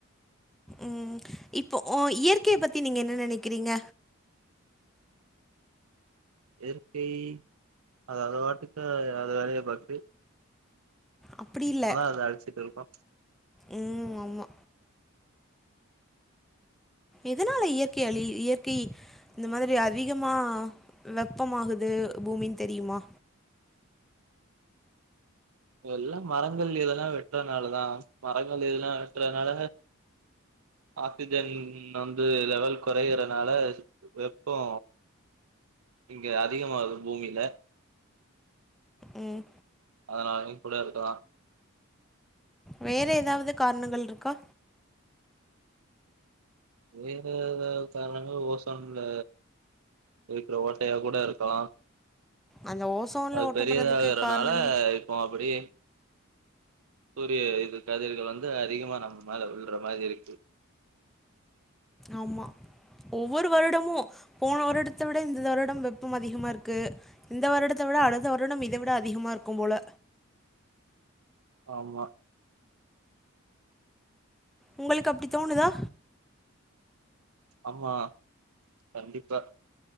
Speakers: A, in the centre; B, on the right.
A: ம் இப்போ ஒ இயற்கையப்பத்தி நீங்க என்ன நெனக்கிறீங்க
B: இயற்கை அது அதுப்பாட்டுக்கா அது வேலைய பாக்து
A: அப்டி இல்ல
B: அத அழிச்சிட்டு இருக்கோ
A: ம் ஆமா எதுனால இயற்கை அழி இயற்கை இந்த மாதிரி அதிகமா வெப்பமாகுது பூமின் தெரியுமா
B: எல்லா மரங்கள் இதெல்லா வெட்றதுனாலதா மரங்கள் இதெல்லா வெட்றனால ஆக்சிஜன் வந்து லெவல் கொறையிறனால வெப்போ இங்க அதிகமாகுது பூமியில
A: ம்
B: அதனாலைக்கூட இருக்கலா
A: வேற எதாவது காரணங்கள் இருக்கா
B: வேற எதாவ் காரணங்கள் ஓசோன்ல இருக்குற ஓட்டையா கூட இருக்கலா
A: அந்த ஓசோன்ல
B: அது
A: ஓட்டப்படுறதுக்கு
B: பெரியதாகுறனால
A: காரணமே
B: இப்போ அப்டியே சூரிய இது கதிர்கள் வந்து அதிகமா நம்ம மேல விழ்ற மாரி இருக்கு
A: ஆம்மா ஒவ்வொரு வருடமு போன வருடத்த விட இந்த வருடம் வெப்பம் அதிகமா இருக்கு இந்த வருடத்த விட அது வருடம் இத விட அதிகமா இருக்கு போல
B: ஆமா
A: உங்ளுக் அப்டி தோணுதா
B: ஆமா கண்டிப்பா